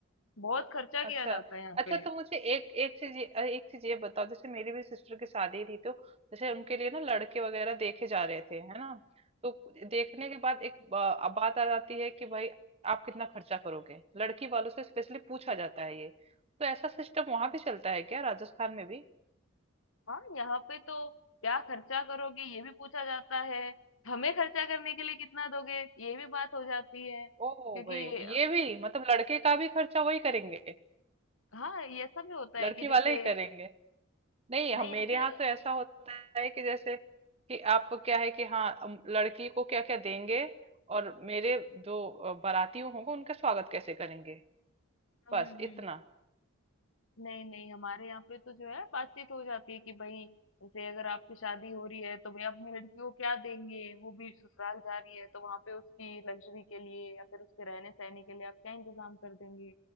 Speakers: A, on the left; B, on the right.
A: बहुत खर्चा किया
B: अच्छा
A: जाता है यहाँ
B: अच्छा
A: पे
B: तो मुझे एक एक चीज ये अ, एक चीज ये बताओ जैसे मेरी भी सिस्टर की शादी थी तो जैसे उनके लिए ना लड़के वगैरह देखे जा रहे थे है ना तो देखने के बाद एक बा, अब बात आ जाती है कि भाई आप कितना खर्चा करोगे लड़की वालों से स्पेशली पूछा जाता है ये तो ऐसा सिस्टम वहां भी चलता है क्या राजस्थान में भी
A: हाँ यहाँ पे तो क्या खर्चा करोगे ये भी पूछा जाता है हमें खर्चा करने के लिए कितना दोगे ये भी बात हो जाती है क्योंकि
B: ओ भाई
A: अ,
B: ये भी मतलब लड़के का भी खर्चा वही करेंगे
A: हाँ ये ऐसा भी होता है
B: लड़की
A: कि जैसे
B: वाले ही करेंगे नहीं हम
A: नहीं जैसे
B: मेरे यहाँ तो ऐसा होता है कि जैसे कि आप क्या है कि हाँ अम, लड़की को क्या क्या देंगे और मेरे जो अ, बाराती होंगे उनका स्वागत कैसे करेंगे
A: हम्म
B: बस
A: हम्म हम्म।
B: इतना
A: नहीं नहीं हमारे यहाँ पे तो जो है बातचीत हो जाती है कि भाई जैसे अगर आपकी शादी हो रही है तो भाई अपनी लड़की को क्या देंगे वो भी ससुराल जा रही है तो वहां पे उसकी लग्जरी के लिए या फिर उसके रहने सहने के लिए आप क्या इंतजाम कर देंगे